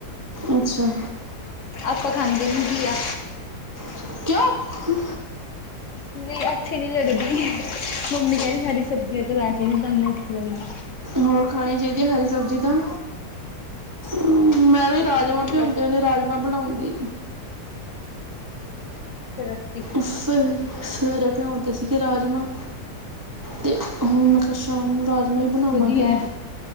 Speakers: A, on the right (about 25°); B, on the left (about 55°).
A: ਅੱਛਾ।
B: ਆਪਾਂ ਖਾਂਦੇ ਨੀ ਘੀਆ।
A: ਕਿਉਂ?
B: ਨਹੀਂ ਅੱਛੇ ਨੀ ਲੱਗਦੀ ਮੰਮੀ ਕਹਿੰਦੀ ਹਰੀ ਸਬਜ਼ੀਆਂ ਤੇ ਵੈਸੇ ਵੀ ਨੀ ਤੁਹਾਨੂੰ ਅੱਛੀ ਲੱਗਦੀ।
A: ਹੋਰ ਖਾਣੀ ਚਾਹੀਦੀ ਆ ਹਰੀ ਸਬਜ਼ੀ ਤਾਂ। ਹਮ
B: ਹੋਰ
A: ਮੈਂ ਵੀ
B: ਸਹੀ
A: ਰਾਜਮਾਂ
B: ਦੀਦੀ
A: ਭਿਆਉਂਦੇ
B: ਬਸ
A: ਨੇ ਰਾਜਮਾਂ ਬਣਾਉਂਗੀ।
B: ਅੱਛਾ ਰਾਤੀ।
A: ਸ ਸਵੇਰੇ ਭਿਓ ਦਿੱਤੇ ਸੀਗੇ ਰਾਜਮਾਂ। ਤੇ ਹੁਣ ਮੈਂ ਕਿਹਾ ਸ਼ਾਮ ਨੂੰ ਰਾਜਮਾ ਹੀ ਬਣਾਵਾਂਗੇ।
B: ਵਧੀਆ ਹੈ